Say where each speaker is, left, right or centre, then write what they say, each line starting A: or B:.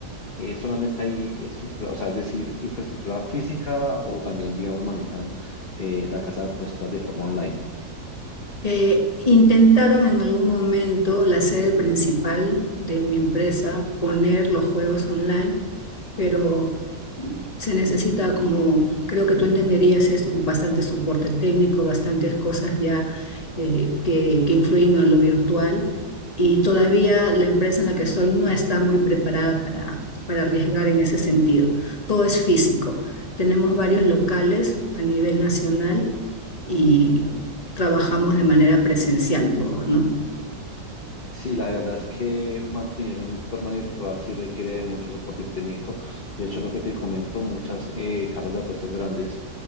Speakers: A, on the left (about 40°); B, on the left (about 25°).
A: eh, solamente hay estructura, o sea, es decir, infraestructura física o también, digamos, manejan eh, la casa de apuestas de forma online.
B: Eh, intentaron en algún momento la sede principal de mi empresa poner los juegos online pero se necesita como, creo que tú entenderías esto, bastante soporte técnico, bastantes cosas ya eh, que, que influyen en lo virtual y todavía la empresa en la que estoy no está muy preparada para, para arriesgar en ese sentido. Todo es físico. Tenemos varios locales a nivel nacional y trabajamos de manera presencial todos, ¿no?
A: Sí, la verdad es que mantener un entorno virtual sí requiere de mucho soporte técnico. De hecho, lo que te comento, muchas eh, casas de apuestas grandes